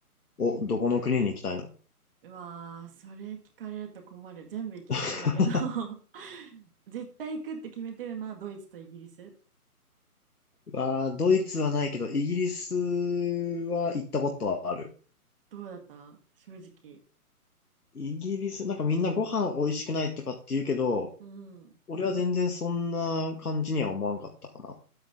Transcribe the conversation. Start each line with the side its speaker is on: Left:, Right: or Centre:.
Left: お、どこの国に行きたいの
Right: うわー、それ聞かれると困る。全部行きたいんだけど
Left: <laughs>
Right: <laughs> 絶対行くって決めてるのはドイツとイギリス。
Left: わあドイツはないけど、イギリスは行ったことはある。
Right: どうだった正直。
Left: イギリス、なんかみんなご飯美味しくないとかって言うけど、
Right: うん。
Left: 俺は全然そんな感じには思わんかったかな。